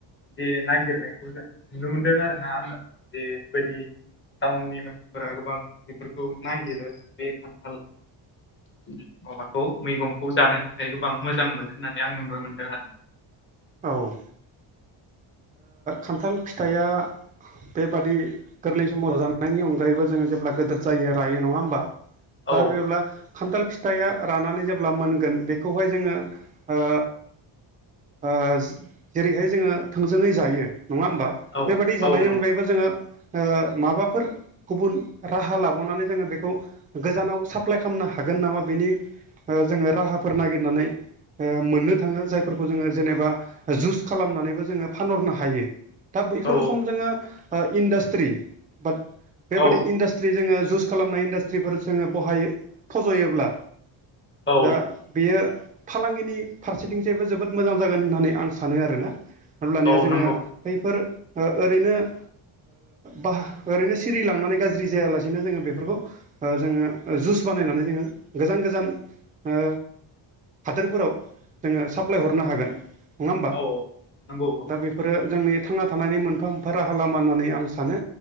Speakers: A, on the left (about 25°); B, on the right (about 20°).
A: जे नागिरनायखौ नुनो मोनदों आरोना आङो बेबायदि टाउननि मानसिफोरा गोबां बेफोरखौ नागिरो बे खान्थाल बि माबाखौ मैगंखौ जानो थाखाय गोबां मोजां मोनो होननानै आं नुनो मोनदों आरोना
B: औ ओ खान्थाल फिथाइया बेबादि गोरलै समाव जानायनि अनगायैबो जोङो जेब्ला गोदर जायो रायो नङा ओमबा
A: औ
B: दा जेब्ला खान्थाल फिथाइया रानानै जेब्ला मोनगोन बेखौहाय जोङो ओ ओ जेरैहाय जोङो थोंजोङै जायो नङा ओमबा?
A: औ
B: बेबायदि जानायनि
A: औ नंगौ
B: अनगायैबो जोङो ओ माबाफोर गुबुन राहा लाबावनानै जोङो बेखौ गोजानाव साप्लाय खालामनो हागोन नामा बेनि ओ जोङो राहाफोर नागिरनानै ओ मोननो थाङो जायफोरखौ जोङो जेनेबा जुस खालामनानैबो जोङो फानहरनो हायो दा बैफोर
A: औ
B: रखम जोङो ओ इन्डास्ट्रि बाट बेबादि
A: औ
B: इडास स्ट्रि जोङो जुस खालामनाय इन्डास्ट्रिफोर जोङो बहायो फज'योब्ला
A: औ
B: दा बेयो फालांगिनि फारसेथिंसायबो जोबोद मोजां जागोन होननानै आं सानो आरोना। अब्लानिया
A: औ
B: जोङो
A: नंगौ
B: बैफोर ओरैनो ओ बाह ओरैनो सिरि लांनानै गाज्रि जायालासेनो जोङो बेफोरखौ जोङो जुइस बानायनानै जोङो गोजान गोजान ओ हादोरफोराव ओ जोङो साप्लाय हरनो हागोन नङा होमबा
A: औ नंगौ औ
B: दा बे आरो जोंनि थांना थानायनि मोनफा मोनफा राहा लामा होननानै आं सानो